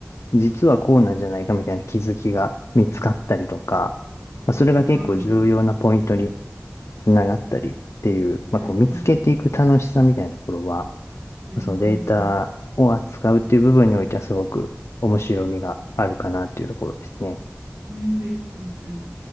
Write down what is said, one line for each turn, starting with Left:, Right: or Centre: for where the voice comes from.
Left: 実はこうなんじゃないかみたいな気づきが見つかったりとか、まあ、
Right: ええ、
Left: それが結構重要なポイントに
Right: はい、うん
Left: つながったりっていう、まあ、
Right: うん
Left: こう見つけていく楽しさみたいなところは、
Right: うんうんうん、
Left: そのデータを扱うっていう部分においてはすごく面白みがあるかなっていうところですね。
Right: うんうんうんうん。